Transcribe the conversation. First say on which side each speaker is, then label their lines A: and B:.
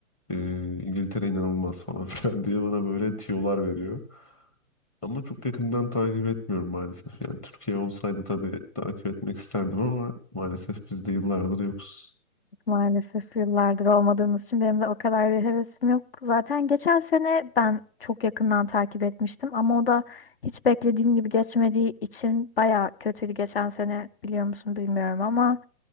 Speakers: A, on the left; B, on the left.
A: e, İngiltere inanılmaz falan <laughs> filan diye bana böyle tiyolar veriyor. Ama çok yakından takip etmiyorum maalesef. Yani Türkiye olsaydı tabii takip etmek isterdim ama maalesef biz de yıllardır yokuz.
B: Maalesef yıllardır olmadığımız için benim de o kadar bir hevesim yok. Zaten geçen sene ben çok yakından takip etmiştim ama o da hiç beklediğim gibi geçmediği için baya kötüydü geçen sene biliyor musun bilmiyorum ama